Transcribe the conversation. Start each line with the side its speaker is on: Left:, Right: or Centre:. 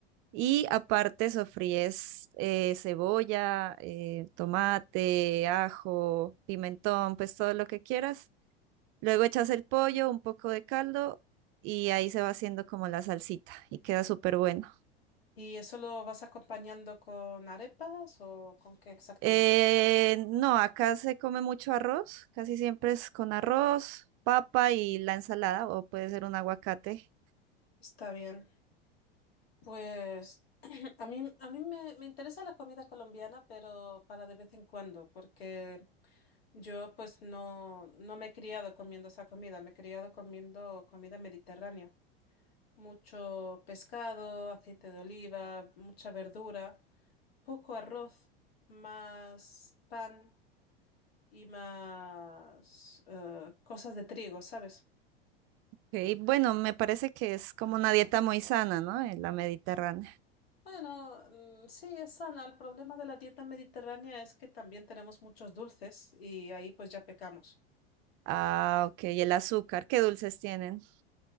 Right: Y aparte sofríes eh, cebolla, eh, tomate, ajo, pimentón, pues todo lo que quieras. Luego echas el pollo, un poco de caldo y ahí se va haciendo como la salsita y queda súper bueno.
Left: ¿Y eso lo vas acompañando con arepas o con qué exactamente?
Right: Eh, no, acá se come mucho arroz, casi siempre es con arroz, papa y la ensalada o puede ser un aguacate.
Left: Está bien. Pues <clears throat> a mí, a mí me, me interesa la comida colombiana, pero para de vez en cuando, porque yo pues no, no me he criado comiendo esa comida, me he criado comiendo comida mediterránea. mucho pescado, aceite de oliva, mucha verdura, poco arroz, más pan y más eh, cosas de trigo, ¿sabes?
Right: Ok, bueno, me parece que es como una dieta muy sana, ¿no? En la mediterránea.
Left: Bueno, mm, sí, es sana. El problema de la dieta mediterránea es que también tenemos muchos dulces y ahí pues ya pecamos.
Right: Ah, ok, y el azúcar, qué dulces tienen.